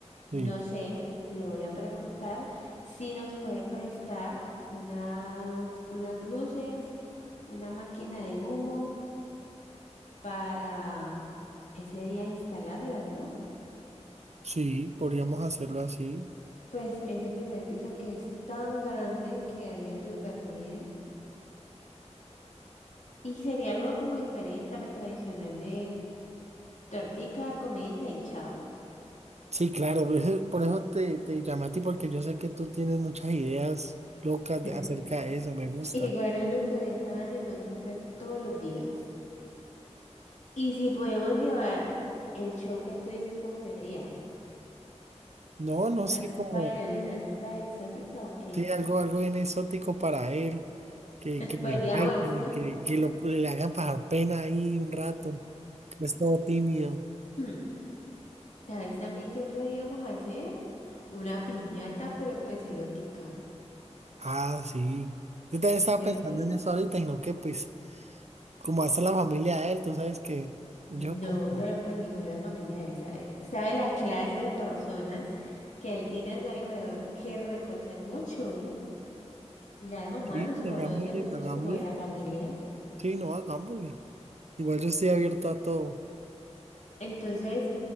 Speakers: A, on the left; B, on the right.
A: No
B: Sí.
A: sé, le voy a preguntar si nos puede prestar unas, unas luces, una máquina de humo. para ese día instalarlas, ¿no?
B: Sí, podríamos hacerlo así.
A: Pues ese primer piso que es tan grande quedaría súper bien. Y sería algo como diferente a lo tradicional de tortica, comidita y chao.
B: Sí, claro, por eso, por eso te, te llamé a ti, porque yo sé que tú tienes muchas ideas locas de-
A: <laughs>
B: acerca de eso, me gusta.
A: Igual uno 40 años no cumple todos los días. Y si podemos llevar el show que tú dices, ¿cómo sería?
B: No, no
A: ¿Unas
B: sé, como,
A: bailarinas estas exóticas o qué?
B: sí, algo, algo bien exótico para él, que,
A: <laughs>
B: que le
A: Podríamos.
B: bailen y que, que lo, le hagan pasar pena ahí un rato, que es todo tímido.
A: <laughs> ¿Sabes también qué podríamos hacer? Una piñata, pero pues erótica,
B: Ah, sí. Yo también estaba
A: ¿cierto?
B: pensando en eso ahorita, sino que pues Como hasta la familia de él, tú sabes que yo
A: No,
B: como,
A: pero pues igual la familia de él sabe, sabe las clases de personas que él tiene a su alrededor que recochan mucho. Ya la mamá
B: sí,
A: nos conoce,
B: hagámosle,
A: somos
B: hagámosle,
A: como de la familia.
B: sí, no, hagámosle. Igual yo estoy abierto a todo.
A: Entonces,